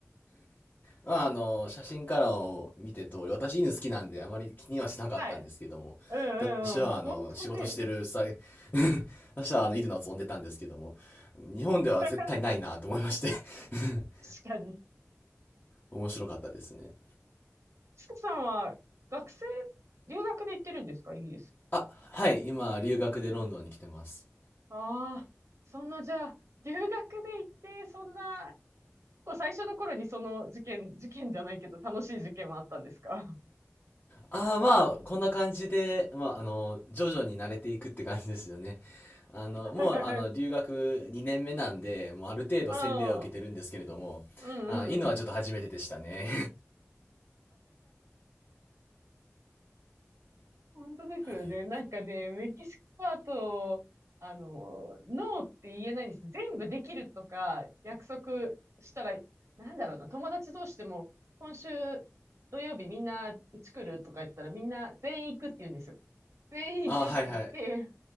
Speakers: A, on the left; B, on the right.
A: まあ、あの、写真からを見て通り、私犬好きなんであまり気にはしなかったんですけども、
B: はい。うん
A: 私はあの、
B: うんうん。本当ね。
A: 仕事してる際、<laughs> 私はあの、犬の遊んでたんですけども、日本では絶対ないなと思いまして
B: <laughs> 確
A: <laughs>
B: かに。
A: 面白かったですね。
B: ちかさんは学生、留学で行ってるんですか、イギリス。
A: あ、はい、今、留学でロンドンに来てます。
B: ああ、そんな、じゃあ、留学で行って、そんな、こう最初の頃にその事件、事件じゃないけど、楽しい事件はあったんですかうん
A: ああ、まあ、こんな感じで、まあ、あの、徐々に慣れていくって感じですよね。あの、
B: <laughs>、
A: もう、あの、留学2年目なんで、もうある程度洗礼を受けてるんですけれども、
B: うん、うん、
A: あー、犬はちょっと初めてでしたね。
B: うん。本当ですよね。
A: <laughs> はい。
B: なんかね、メキシコパートあの、ノーって言えないんです。全部できるとか約束したら、なんだろうな、友達同士でも、今週土曜日みんなうち来るとか言ったらみんな全員行くって言うんですよ。全員行くって言って、
A: <laughs> あー、はいはい。